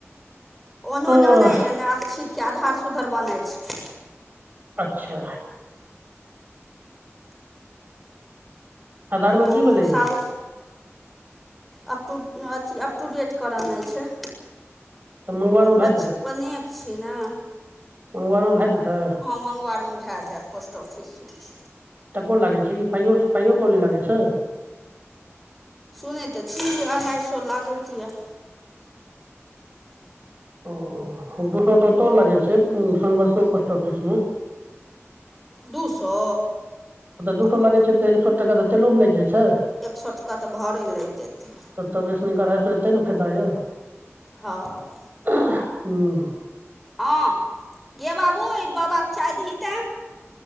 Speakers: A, in the centre; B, on the right (about 40°).
A: ओनो
B: अह
A: जानैए ने अक्षितके आधार सुधर बनै छै।
B: अच्छा आधारमे की
A: हँ
B: भेलैया
A: साब? अपटू अथि अप टु डेट करनाइ छै।
B: तऽ मंगवारमे भए
A: बचपनेके छी ने।
B: उमर मे भए जेतै।
A: मङंगवारमे भए जायत पोस्ट ऑफिस।
B: टको लागै छै कि पायो पायो कौड़ी लागै छै।
A: सुनैत तऽ छी अढ़ाइ सए लागैत यऽ।
B: ओ दू सए तऽ ओतौ लागै छै सनबरसो पोस्ट ऑफिसमे।
A: दू सओ,
B: ओतऽ दू सए लागै छै तऽ एक सए टाका तऽ तेलोमे लागि जाइ छै।
A: एक सए टका तऽ भाड़े लागि जेतै
B: तऽ तब एसने कढ़ाइसँ एते ने फायदा यऽ।
A: हँ
B: हूँ?
A: हँ गै बाबू एहि बाबाक च द ही ते